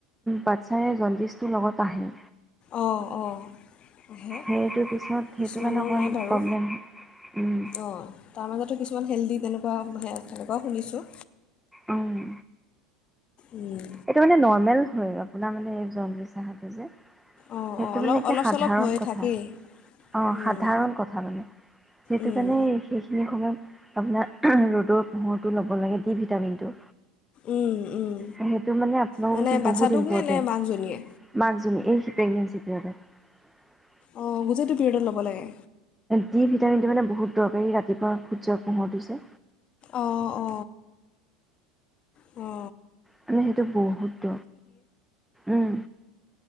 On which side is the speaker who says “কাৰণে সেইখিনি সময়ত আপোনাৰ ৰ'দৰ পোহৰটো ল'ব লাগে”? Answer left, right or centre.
Centre